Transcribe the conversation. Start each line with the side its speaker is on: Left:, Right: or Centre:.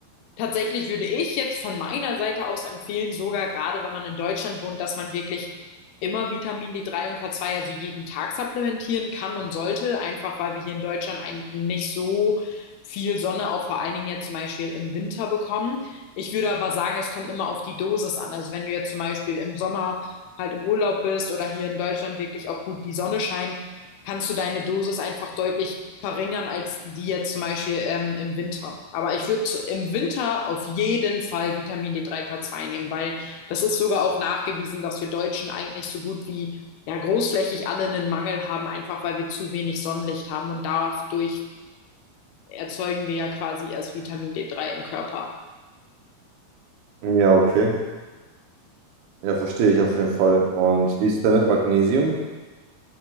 Left: Tatsächlich würde ich jetzt von meiner Seite aus empfehlen, sogar gerade wenn man in Deutschland wohnt, dass man wirklich immer Vitamin D3 und K2, also jeden Tag supplementieren kann und sollte, einfach weil wir hier in Deutschland ein, nicht so viel Sonne, auch vor allen Dingen jetzt zum Beispiel im Winter bekommen. Ich würde aber sagen, es kommt immer auf die Dosis an. Also wenn du jetzt zum Beispiel im Sommer halt im Urlaub bist oder hier in Deutschland wirklich auch gut die Sonne scheint, kannst du deine Dosis einfach deutlich verringern als die jetzt zum Beispiel ähm, im Winter. Aber ich würde im Winter auf jeden Fall Vitamin d drei k zwei nehmen, weil das ist sogar auch nachgewiesen, dass wir Deutschen eigentlich so gut wie ja großflächig alle einen Mangel haben, einfach weil wir zu wenig Sonnenlicht haben und dadurch erzeugen wir ja quasi erst Vitamin d drei im Körper.
Right: Ja, okay. Ja, verstehe ich auf jeden Fall. Und wie ist es denn mit Magnesium?